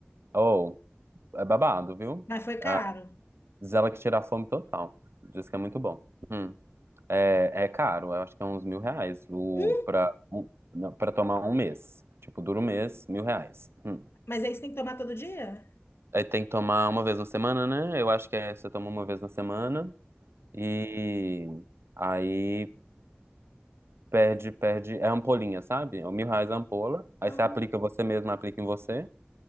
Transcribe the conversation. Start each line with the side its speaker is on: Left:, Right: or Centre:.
Right: oh, é babado, viu?
Left: mas foi
Right: Ah,
Left: caro.
Right: Diz ela que tira a fome total. Diz que é muito bom. Hum. É, é caro, eu acho que é uns mil reais o,
Left: um.
Right: pra, o, não, pra tomar um mês. Tipo, dura um mês, mil reais. Hum.
Left: Mas aí você tem que tomar todo dia?
Right: Aí tem que tomar uma vez na semana, né? Eu acho que é, você toma uma vez na semana e aí perde, perde. É ampolinha, sabe? É um mil reais a ampola. Aí
Left: Ah,
Right: você aplica você mesmo, aplica em você.